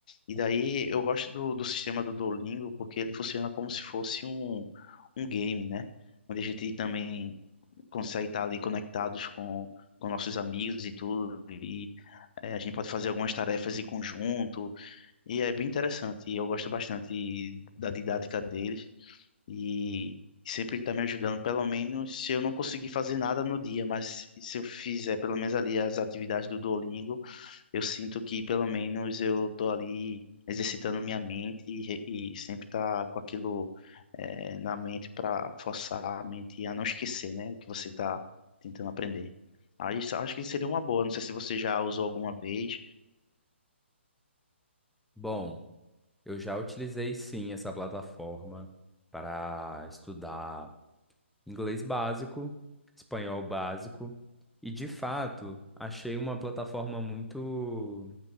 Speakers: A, on the left; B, in the centre.
A: E daí eu gosto do, do sistema do Duolingo porque ele funciona como se fosse um, um game, né? Onde a gente também consegue estar ali conectados com, com nossos amigos e tudo. E eh, a gente pode fazer algumas tarefas em conjunto e é bem interessante, e eu gosto bastante da didática deles, e sempre está me ajudando, pelo menos se eu não conseguir fazer nada no dia, mas se eu fizer pelo menos ali as atividades do Duolingo, eu sinto que pelo menos eu estou ali exercitando minha mente e, re- e sempre tá com aquilo eh, na mente para forçar a mente a não esquecer, né, o que você está tentando aprender. Aí isso- acho que seria uma boa, não sei se você já usou alguma vez.
B: Bom, eu já utilizei sim essa plataforma para estudar inglês básico, espanhol básico, e de fato achei uma plataforma muito